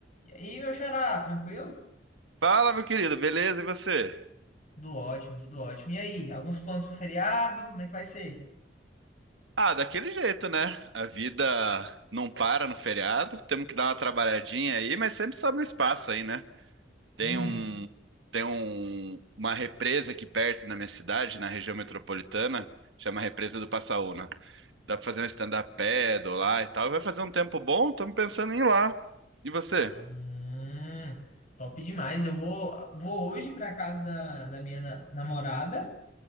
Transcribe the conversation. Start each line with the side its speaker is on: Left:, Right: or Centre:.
Left: E aí, meu xará, tranquilo?
Right: Fala, meu querido, beleza? E você?
Left: Tudo ótimo, tudo ótimo. E aí, alguns planos pro feriado? Como é que vai ser?
Right: Ah, daquele jeito, né? A vida não para no feriado, temos que dar uma trabalhadinha aí, mas sempre sobra um espaço aí, né? Tem
Left: Uhum.
Right: um, tem um, uma represa aqui perto na minha cidade, na região metropolitana, chama Represa do Passaúna. Dá pra fazer um stand-up paddle lá e tal. Vai fazer um tempo bom, estamos pensando em ir lá. E você?
Left: Ah, hum, top demais. Eu vou, vou hoje pra casa da, da minha na- namorada.